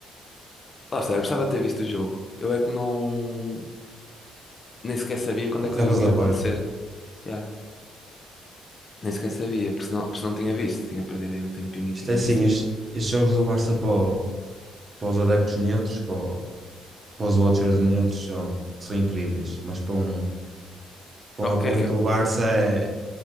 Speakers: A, on the left (about 35°); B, on the right (about 35°).
A: Lá está, eu gostava de ter visto o jogo. Eu é que não. nem sequer sabia quando
B: E
A: é
B: estavas
A: que o jogo ia
B: a
A: acontecer.
B: par.
A: Yeah, nem sequer sabia, porque senão, porque senão tinha visto. Tinha perdido aí um tempinho e
B: Isto
A: tinha
B: é assim,
A: visto o
B: estes,
A: jogo.
B: estes jogos do Barça para, o- para os adeptos neutros, para, o- para os Watchers neutros são, são incríveis, mas para um, para
A: Oh,
B: um apoiante
A: quem é que é?
B: do
A: o-
B: Barça é,